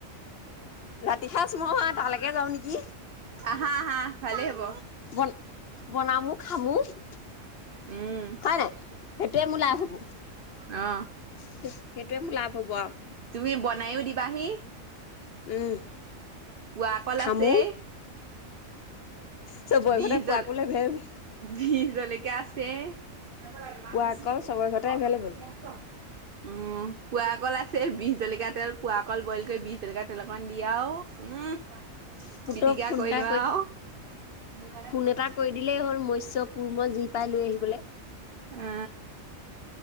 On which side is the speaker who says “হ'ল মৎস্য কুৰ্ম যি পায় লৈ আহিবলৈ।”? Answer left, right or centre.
Left